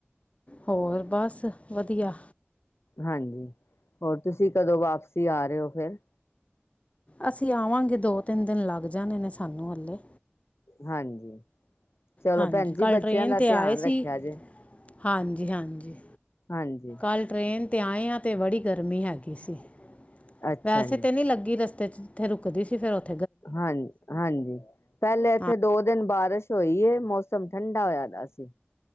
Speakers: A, on the left (about 30°); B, on the left (about 80°).
A: ਹੋਰ ਬਸ ਵਧੀਆ।
B: ਹਾਂਜੀ ਹੋਰ ਤੁਸੀਂ ਕਦੋਂ ਵਾਪਸੀ ਆ ਰਹੇ ਹੋ ਫੇਿਰ।
A: ਅਸੀਂ ਆਵਾਂਗੇ ਦੋ ਤਿੰਨ ਦਿਨ ਲੱਗ ਜਾਣੇ ਨੇ ਸਾਨੂੰ ਹੱਲੇ।
B: ਹਾਂਜੀ ਚਲੋ
A: ਹਾਂਜੀ
B: ਭੈਣ ਜੀ
A: ਕੱਲ੍ਹ
B: ਬੱਚਿਆਂ
A: ਟ੍ਰੇਨ
B: ਦਾ
A: 'ਤੇ
B: ਧਿਆਨ
A: ਆਏ ਸੀ
B: ਰੱਖਿਆ ਜੇ।
A: ਹਾਂਜੀ ਹਾਂਜੀ।
B: ਹਾਂਜੀ
A: ਕਲ ਟ੍ਰੇਨ ਤੇ ਆਏ ਹਾਂ ਤੇ ਬੜੀ ਗਰਮੀ ਹੈਗੀ ਸੀ
B: ਅੱਛਾ
A: ਵੈਸੇ
B: ਜੀ
A: ਤੇ ਨਹੀਂ ਲੱਗੀ ਵੇਸ। ਤੇ ਜਿੱਥੇ ਰੁਕਦੀ ਸੀ ਫਿਰ ਉਥੇ
B: ਹਾਂਜ ਹਾਂਜੀ। ਪਹਿਲੇ ਇੱਥੇ
A: ਹਾਂ
B: ਦੋ ਦਿਨ ਬਾਰਿਸ਼ ਹੋਈ ਮੌਸਮ ਠੰਡਾ ਹੋਇਆ ਦਾ ਸੀ।